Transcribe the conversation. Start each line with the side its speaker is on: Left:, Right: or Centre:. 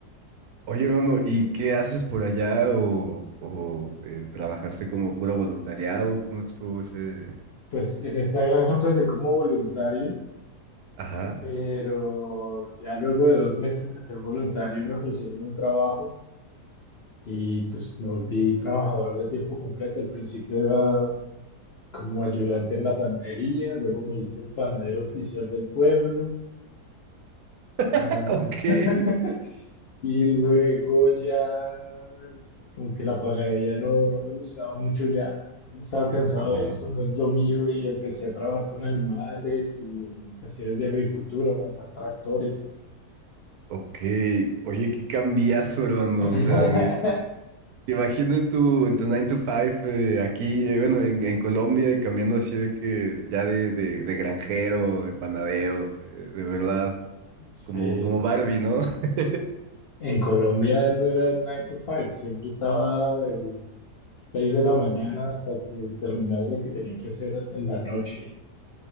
Right: Oye, hermano, ¿y qué haces por allá? ¿O, o, eh, trabajaste como puro voluntariado? ¿Cómo estuvo ese...?
Left: Pues en esta granja empecé como voluntario,
Right: Ajá.
Left: pero ya luego de dos meses de ser voluntario me ofrecieron un trabajo y pues me volví trabajador de tiempo completo. Al principio era como ayudante en la panadería, luego me hice el panadero oficial del pueblo.
Right: <laughs>
Left: Ah,
Right: Ok.
Left: <laughs> y luego ya, como que la panadería no, no me gustaba mucho, ya estaba cansado
Right: Ajá.
Left: de eso, no es lo mío, y empecé a trabajar con animales y en cuestiones de agricultura, manejar tractores.
Right: Ok. Oye, qué cambiazo, hermano.
Left: <laughs>
Right: O sea, Te imagino en tu, en tu nine to five eh, aquí, eh, bueno, en, en Colombia y cambiando así de que ya de, de, de granjero, de panadero, eh, de verdad,
Left: Sí,
Right: como, como Barbie, ¿no? <laughs>
Left: en Colombia no era nine to five siempre estaba de 6 de la mañana hasta que terminaba lo que tenía que hacer en la noche.